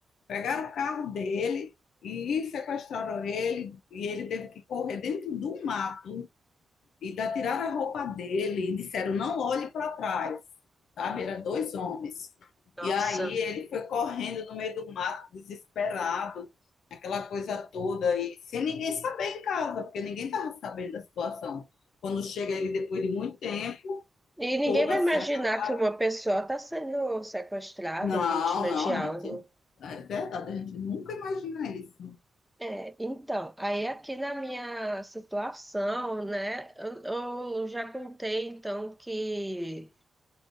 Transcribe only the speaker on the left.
Pegaram o carro dele e sequestraram ele, e ele teve que correr dentro do mato. e da tiraram a roupa dele e disseram não olhe para trás, sabe? Era dois homens.
E aí ele foi correndo no meio do mato, desesperado, aquela coisa toda e sem ninguém saber em casa, porque ninguém estava sabendo da situação. Quando chega ele depois de muito tempo,
todo
assim
acabado.
Não,
não,
a gente, é verdade, a gente nunca imagina isso.